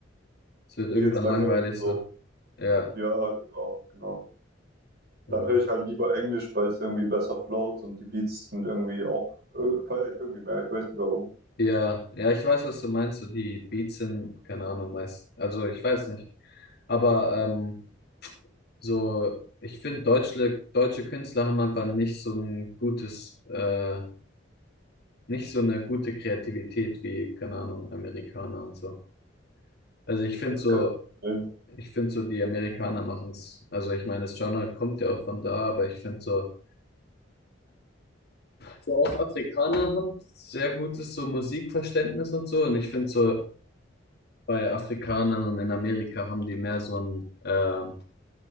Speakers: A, on the left; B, on the right.
A: Es wird irgendwann
B: geht jetzt langsam
A: langweilig
B: wieder so.
A: so. Ja,
B: Ja, genau, genau.
A: genau.
B: Dann höre ich halt lieber Englisch, weil es irgendwie besser float und die Beats sind irgendwie auch, äh, feiere ich irgendwie mehr. Ich weiß nicht warum.
A: Ja, ja, ich weiß, was du meinst. So die Beats sind, keine Ahnung, meist. Also ich weiß nicht. Aber ähm, so, ich finde, deutsche, deutsche Künstler haben einfach nicht so ein gutes, äh, nicht so eine gute Kreativität wie, keine Ahnung, Amerikaner und so. Also ich finde
B: Das
A: so,
B: kann sein.
A: Ich finde so, die Amerikaner machen es. Also ich meine, das Genre kommt ja auch von da, aber ich finde so, so auch Afrikaner haben sehr gutes so Musikverständnis und so. Und ich finde so, bei Afrikanern und in Amerika haben die mehr so ein, ähm,